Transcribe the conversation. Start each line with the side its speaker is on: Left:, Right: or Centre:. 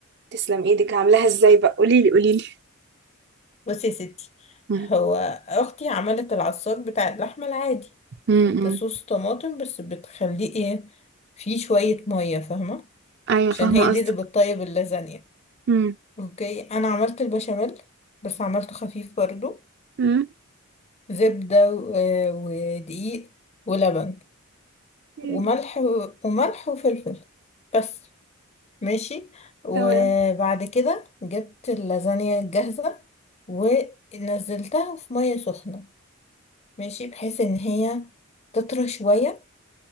Right: تسلم ايدك عاملاها ازاي بقى قوليلي قوليلي
Left: بصي يا ستي
Right: مم.
Left: هو اختي عملت العصاج بتاع اللحمة العادي
Right: مم.
Left: بصوص
Right: مم.
Left: طماطم بس بتخليه ايه فيه شوية مية فاهمة
Right: ايوه
Left: عشان
Right: فاهمه
Left: هي دي
Right: قصدك
Left: اللي بتطيب اللازانيا
Right: مم.
Left: اوكي انا عملت البشاميل بس عملته خفيف برضو
Right: مم.
Left: زبدة و- آه، ودقيق ولبن
Right: مم.
Left: وملح و- وملح وفلفل بس ماشي وبعد
Right: تمام
Left: كده جبت اللازانيا الجاهزة ونزلتها في مية سخنة ماشي بحيث ان هي تطرى شوية